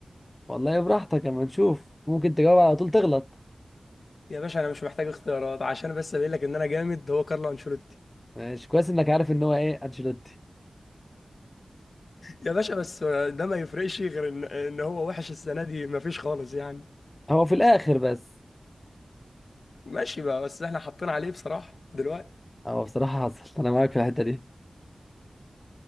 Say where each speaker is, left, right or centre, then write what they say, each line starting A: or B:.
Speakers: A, on the left (about 25°); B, on the left (about 70°).
A: والله براحتك اما نشوف ممكن تجاوب على طول تغلط
B: يا باشا انا مش محتاج اختيارات عشان بس اقول لك ان انا جامد هو كارلو انشيلوتي
A: ماشي كويس انك عارف ان هو ايه انشيلوتي
B: يا باشا بس ده ما يفرقش غير ان ان هو وحش السنه دي ما فيش خالص يعني
A: <laughs> هو في الاخر بس
B: ماشي بقى بس احنا حاطين عليه بصراحه دلوقتي
A: هو بصراحه حصل انا معاك في الحته دي